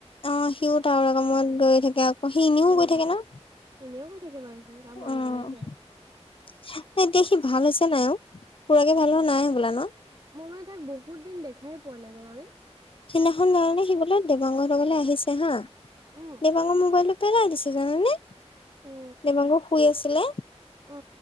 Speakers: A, on the left (about 50°); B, on the right (about 40°).
A: অ সিও তাৰ কামত গৈ থাকে আকৌ সি এনেও
B: উম
A: গৈ থাকে ন
B: এনেও গৈ থাকে বাৰু সি তাৰ মন
A: উম
B: গ'লেই যায়
A: এতিয়া সি ভাল হৈছে নাই আও পুৰাকে ভাল হোৱা নাই হবলা ন
B: মই মানে তাক বহুত দিন দেখাই পোৱা নাই জানানে
A: সিদিনাখন জানানে সি বোলে দেবাংগহঁতৰ ঘৰলে আহিছে হা
B: উম
A: দেবাংগৰ মোবাইলত পেলাই দিছে জানানে
B: অ
A: দেৱাগং শুই আছিলে
B: অ